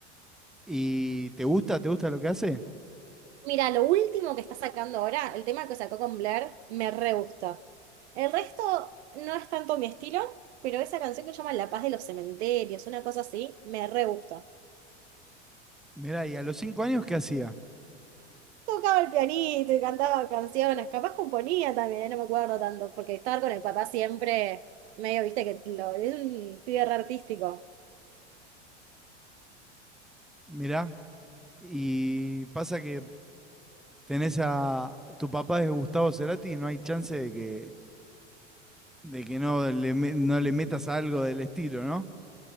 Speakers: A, in the centre; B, on the right.
A: ¿y te gusta, te gusta lo que hace?
B: Mira, lo último que está sacando ahora, el tema que sacó con Blair, me re gusta. El resto no es tanto mi estilo, pero esa canción que se llama La Paz de los Cementerios, una cosa así, me re gusta.
A: Mirá, ¿y a los cinco años qué hacía?
B: Tocaba el pianito y cantaba canciones, capaz componía también, eh, no me acuerdo tanto, porque estar con el papá siempre, medio, viste, que lo- es un pibe re artístico.
A: Mirá, y pasa que tenés a tu papá es Gustavo Cerati y no hay chance de que, de que no le, me- no le metas algo del estilo, ¿no?